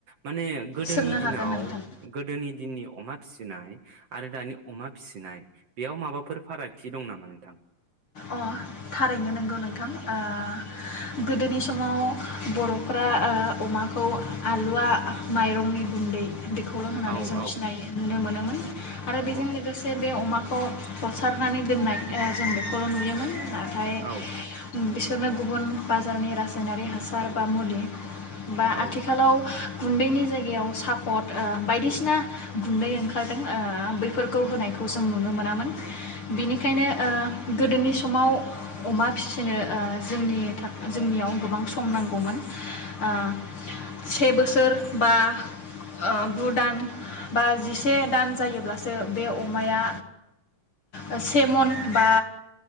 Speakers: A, on the right (about 50°); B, on the left (about 40°).
A: माने गोदोनि
B: सोंनो
A: दिनाव
B: हागोन नोंथां
A: गोदोनि दिननि अमा फिसिनाय आरो दानि अमा फिसिनाय बेयाव माबाफोर फारागथि दं नामा नोंथां?
B: अ थारैनो नंगौ नोंथां ओ गोदोनि समाव बर'फ्रा ओ अमाखौ आलुवा माइरंनि गुन्दै बेखौल' होननानै
A: औ
B: जों
A: औ
B: फिनाय नुनो मोनोमोन। आरो
A: औ
B: बेजों लोगोसे बे अमा खौ हसारनानै दोननाय ओ जों बे खौल नुयोमोन। आ <unintelligible> फाय बेस
A: औ
B: बिसोरनो गुबुन बाजारनि रासायनारि हासार बा मुलि बा
A: औ
B: आथिखालाव गुन्दैनि जायगायाव सापट ओ बायदिसिना गुन्दै ओंखारदों ओ बैफोरखौ होनायखौ जों नुनो मोनामोन बिनिखायनो ओ गोदोनि समाव अमा फिसिनो ओ जोंनि था जोंनियाव गोबां सम नांगौमोन ओ से बोसोर बा ओ गु दान बा जिसे दान जायोब्लासो बे अमाया ओ से मन बा